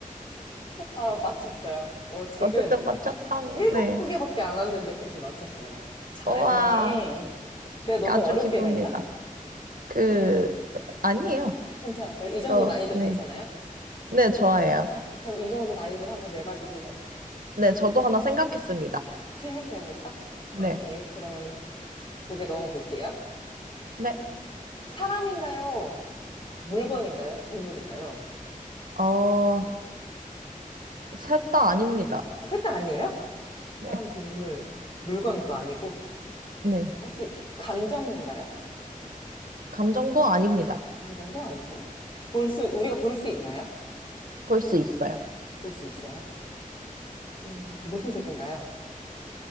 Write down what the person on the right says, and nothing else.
어쨌든 맞췄당.
네.
우와.
아주
기쁩니다.
그 아니에요.
어,
네.
네, 좋아해요.
네, 저도 하나 생각했습니다.
네.
네.
어, 셋 다 아닙니다.
네.
네.
감정도 아닙니다.
볼 수 있어요.